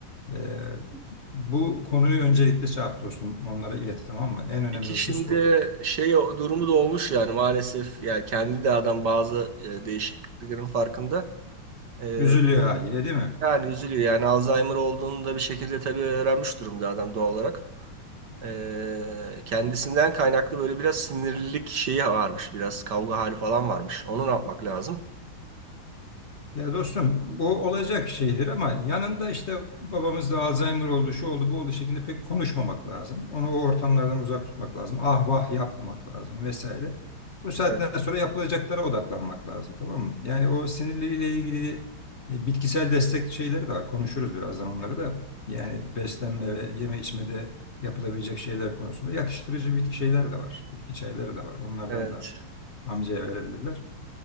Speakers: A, on the left; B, on the right.
A: E, bu konuyu öncelikle şey yap dostum, onlara ilet tamam mı? En önemli
B: İki
A: husus
B: şimdi
A: bu.
B: şey o- durumu da olmuş yani maalesef yani kendi de adam bazı e, değişikliklerin farkında. E,
A: Üzülüyor haliyle değil mi?
B: yani üzülüyor yani Alzheimer olduğunu da bir şekilde tabii öğrenmiş durumda adam doğal olarak. Ee, kendisinden kaynaklı böyle biraz sinirlilik şeyi varmış. Biraz kavga hali falan varmış. Onu ne yapmak lazım?
A: Ya dostum bu olacak şeydir ama yanında işte babamızda Alzheimer oldu, şu oldu, bu oldu şeklinde pek konuşmamak lazım. Onu o ortamlardan uzak tutmak lazım. Ah vah yapmamak lazım vesaire. Bu saatten
B: Evet.
A: sonra yapılacaklara odaklanmak lazım tamam mı? Yani o sinirleriyle ilgili e, bitkisel destek şeyleri de var. Konuşuruz birazdan onları da. Yani beslenme ve yeme içmede yapılabilecek şeyler konusunda yatıştırıcı bitki şeyler de var. Bitki çayları da var. Onlardan
B: Evet,
A: da amcaya verebilirler.